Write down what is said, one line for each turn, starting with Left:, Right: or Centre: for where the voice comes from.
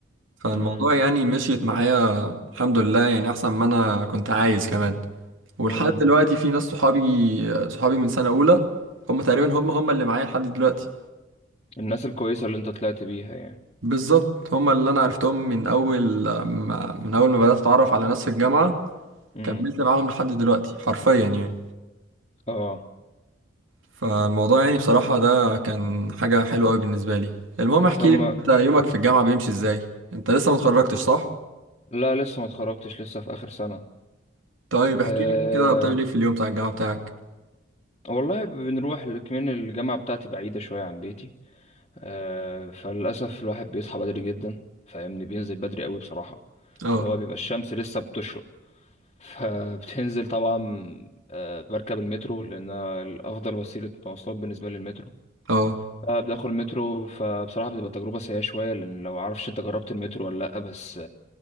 Right: فالموضوع
Left: امم
Right: يعني مشيت معايا الحمد لله يعني أحسن ما أنا كنت عايز كمان ولحد
Left: امم
Right: دلوقتي في ناس صحابي صحابي من سنة أولى هم تقريبا هم هم اللي معايا لحد دلوقتي
Left: الناس الكويسه اللي انت طلعت بيها يعني
Right: بالظبط هم اللي أنا عرفتهم من أول ما من أول ما بدأت أتعرف على ناس في الجامعة
Left: امم
Right: كملت معاهم لحد دلوقتي حرفيا يعني
Left: اه
Right: فالموضوع يعني بصراحة ده كان حاجة حلوة أوي بالنسبة لي المهم احكي
Left: تم
Right: لي انت يومك في الجامعة بيمشي ازاي انت لسه ما اتخرجتش صح
Left: لا لسه ما اتخرجتش لسه في اخر سنه
Right: طيب احكي
Left: أه،
Right: لي كده بتعمل ايه في اليوم بتاع الجامعة بتاعك
Left: والله بنروح ل- كمان الجامعة بتاعتي بعيدة شوية عن بيتي آه فللأسف الواحد بيصحى بدري جدا فاهمني بينزل بدري قوي بصراحة
Right: اه
Left: اللي هو بيبقى الشمس لسه بتشرق <laughs> فبتنزل طبعا آه بركب المترو لأن الأفضل وسيلة مواصلات بالنسبة لي المترو
Right: اه
Left: فبدخل المترو فبصراحة بتبقى تجربة سيئة شوية لأن لو معرفش أنت جربت المترو ولا لأ بس